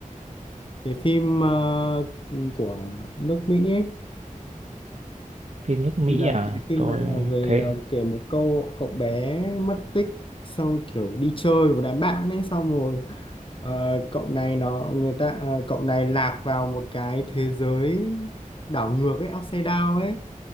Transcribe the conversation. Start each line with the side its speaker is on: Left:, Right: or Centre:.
Left: cái phim ờ, của nước Mỹ ấy
Right: phim nước Mỹ
Left: thì là
Right: à
Left: cái phim
Right: tôi
Left: này là về
Right: thế
Left: ờ, kể một câu cậu bé mất tích sau kiểu đi chơi với đám bạn ấy xong rồi ờ, cậu này nó người ta ờ, cậu này lạc vào một cái thế giới đảo ngược ấy upside down ấy